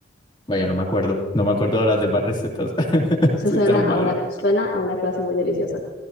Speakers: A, on the left (about 25°); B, on the left (about 65°).
A: Vaya, no me acuerdo, no me acuerdo de las demás recetas, <laughs>
B: Eso
A: soy
B: suena
A: tan
B: a
A: malo.
B: Sí, una, suena a una clase muy deliciosa.